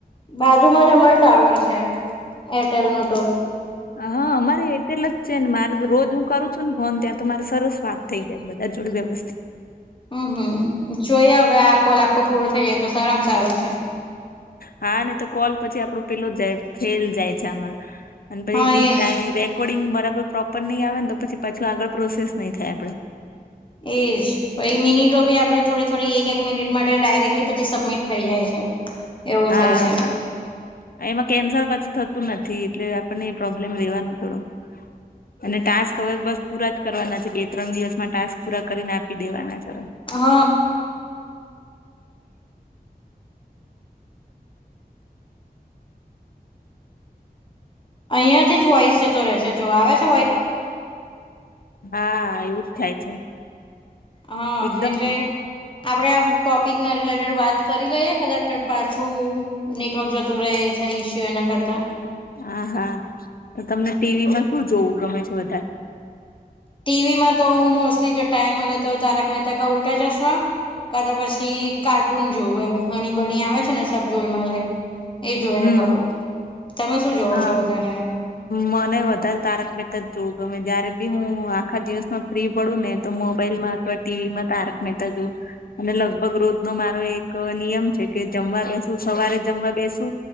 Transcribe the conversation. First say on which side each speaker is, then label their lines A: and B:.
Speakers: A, on the left (about 30°); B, on the left (about 65°).
A: બાજુમાં જ અમાર ટાવર છે, એરટેલ નો તો.
B: આહ, અમારે એટેલ જ છે ને મારે રોજ હું કરું છું ને ફોન ત્યાં તો મારે સરસ વાત થઈ જાય, બધા જોડે વ્યવસ્
A: અમ્મ હમ્મ, જોઈએ અવે આ કોલ આખો પૂરો થઈ જાય, તો સારામાં સારુ છે.
B: હા ને તો કોલ પછી આપડો પેલો જાય, ફેલ જાય છે આમાં. અન પહી
A: હા
B: લી <unintelligible>
A: એજ
B: રેકોર્ડિંગ બરાબર પ્રોપર નઈ આવે ન, તો પછી પાછું આગળ પ્રોસેસ નઈ થાય આપડે.
A: એજ પહી મિનિટો ભી આપડી થોડી-થોડી એક-એક મિનિટ માટે ડાયરે ધીરે એ પછી સબમિટ થઈ જાય છે, એવું
B: હા
A: થાય છે.
B: એમાં કેન્સલ પાછું થતું નથી, એટલે આપણને પ્રોબ્લેમ રહેેવાનો થોડો. અને ટાસ્ક અવે બસ પૂરા જ કરવાના છે, બે-ત્રણ દિવસમાં ટાસ્ક પૂરા કરીને આપી દેવાના છે અવે.
A: હ. અઈયાં થી જ વોઈસ જતો રે છે, જો આવે છે વો
B: આ... એવું જ થાય છે.
A: હ
B: એકદમ
A: એટલે આપડે આ ટોપિક ના રિલેટેડ વાત કરી લઈએ કદાચ જો પાછું નેટવર્ક જતું રે થય ઈસ્યુ એના કરતા.
B: આહા! તો તમને ટીવીમાં શું જોવું ગમે છે વધારે?
A: ટીવીમાં તો હું મોસ્લી જો ટાઈમ મલે, તો તારક મહેતા કા ઉલટા ચશ્માં. કા તો પછી કાર્ટૂન જોવું એમ હણી બની આવે છે ને સબ <unintelligible> એ જોયા
B: હમ
A: કરો તમે શું જોવો
B: હા
A: છો વધારે
B: મને વધારે તારક મેહતા જ જોઉું ગમે જયારે બી હું આખા દિવસનો ફ્રી પડું ને તો મોબાઈલમાં અથવા ટીવીમાં તારક મેહતા જોવું અને લગભગ રોજ નો મારો એક નિયમ છે કે જમવા બેસું સવારે જમવા બેસુ